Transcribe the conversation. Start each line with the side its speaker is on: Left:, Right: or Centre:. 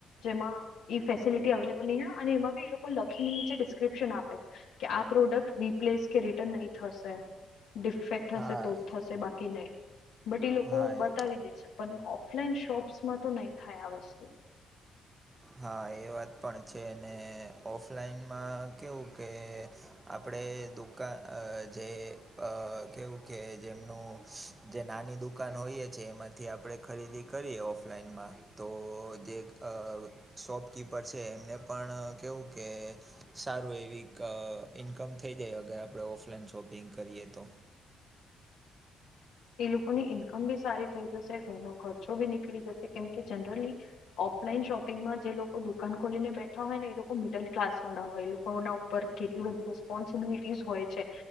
Left: જેમાં ઇ ફેસિલિટી અવેલેબલ નહીં હોય, અને એમાં બી એ લોકો લખી ને નીચે ડિસ્ક્રિપ્શન આપે. કે આ પ્રોડક્ટ રિપ્લેસ કે રિટર્ન નહી થશે. ડિફેક્ટ
Right: હા
Left: હશે તો જ થશે, બાકી નહી, બટ ઇ લોકો
Right: હા એમ
Left: બતાવી દે છે. પણ ઓફલાઈન શોપ્સમાં તો નહી થાય આ વસ્તુ.
Right: હા, એ વાત પણ છે, ને ઓફલાઈનમાં કેવું કે, આપડે દુકાન અ જે અ કેવું કે, જેમનું જે નાની દુકાન હોઈએ છે, એમાં થી આપડે ખરીદી કરીએ ઓફલાઈનમાં, તો જે અ શોપકીપર છે, એમને પણ કેવું કે સારું એવી ક ઇન્કમ થઈ જાય, અગર આપણે ઓફલાઈન શોપિંગ કરીએ તો.
Left: એ લોકોની ઈન્કમ બી સારી થઈ જશે, ઘરનો ખર્ચો બી નીકળી જશે, કેમકે જનરલી. ઓફલાઈન શોપિંગમાં જે લોકો દુકાન ખોલીને બેઠા હોયને, એ લોકો મિડલ ક્લાસ વાળા હોય લોક ઘરોના ઉપર કેટલી બધી રેસ્પોન્સિબિલિટીસ હોય છે.